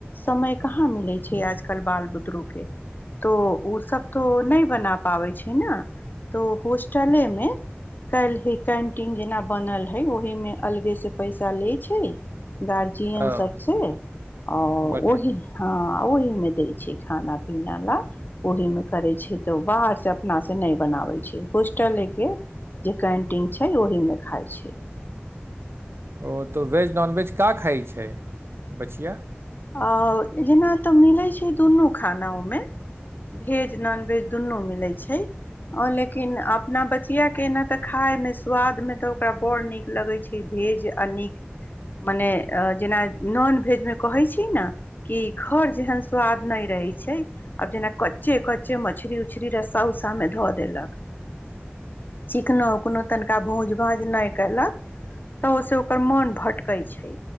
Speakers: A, on the left; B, on the right.
A: समय कहाँ मिलै छै आजकल बाल बुतरू के तो ओ सब तो नहि बना आबय छै ना तो हॉस्टले मे काल्हि कैंटीन जेना बनल हय ओहिमे अलगेसँ पैसा लै छै गार्जियन
B: ओ
A: सबसँ आ
B: बढ़िआँ
A: ओही हँ ओहि में दै छै खाना पीना ला ओहि मे करे छै तऽ बाहर अपना से नहि बनावे छै होस्टल के जे कैंटीन छै ओहि मे खााय छै
B: ओ तऽ वेज नॉनवेज का खाइ छै बचिआ
A: आ जेना तऽ मिलैत छै दुनू खाना ओहिमे भेज नॉनवेज दुनु मिलैत छै लेकिन अपना बची किया के एना तऽ खाायमे स्वादमे तऽ ओकरा बड़ नीक लगै छै भेज आ नीक मने जेना नॉन भेज मे कहैत छी ने कि घर जेहन स्वाद नहि रहै छै आब जेना कच्चे कच्चे मछरी उछरी रस्सा उस्सा मे धऽ देलक
B: ह
A: चीकनो उकोनो तनि त भूंज भाज नहि केलक तऽ ओय से ओकर मोन भटकै छै